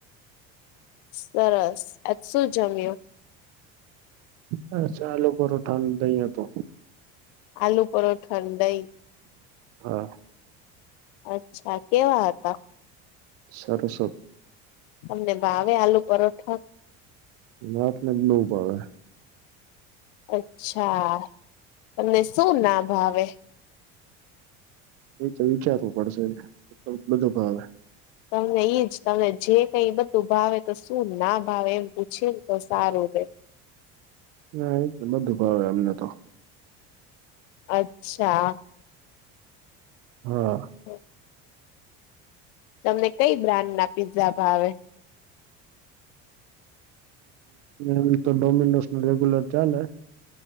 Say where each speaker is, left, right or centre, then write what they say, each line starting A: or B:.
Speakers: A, on the left; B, on the right.
A: સરસ આજ શું જમ્યું.
B: હ ચાલો પરોઠા દઈ હતો.
A: આલુ પરોઠા દઈ.
B: હા.
A: અચ્છા કેવા હતા.
B: સરસ
A: તમને ભાવે આલુ પરોઠા.
B: ના આપને નવ ભાવે.
A: અચ્છા તમને શું ના ભાવે.
B: એ તો વિચારવું પડશે બધું ભાવે.
A: તમને ઈજ તમને જે કઈ બધું ભાવે તો શું ના ભાવે એમ પૂછે ને તો સારું રહેે.
B: ના એ જ બધું ભાવે એમને તો
A: અચ્છા.
B: હા.
A: હા. તમને કઈ બ્રાન્ડ ના પીઝા ભાવે
B: એમ તો ડોમિનોસ ન રેગ્યુલર ચાલે